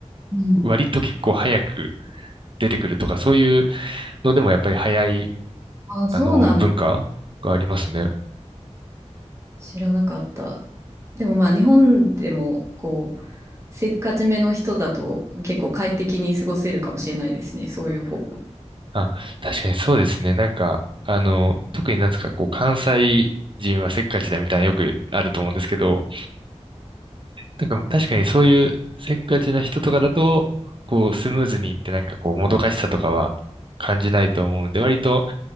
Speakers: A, on the right; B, on the right.
A: うん。
B: 割と結構早く出てくるとかそういうのでもやっぱり早い
A: あ、そうなんです
B: あの文化がありますね。
A: 知らなかった。でもまあ日本でもこうせっかちめの人だと結構快適に過ごせるかもしれないですね。そういう方が。
B: あ、確かにそうですね。なんか、あの、特になんですか、こう、関西人はせっかちだみたいなよくあると思うんですけど、なんか確かにそういうせっかちな人とかだと、こう、スムーズにいってなんかこう、もどかしさとかは感じないと思うんで、割と、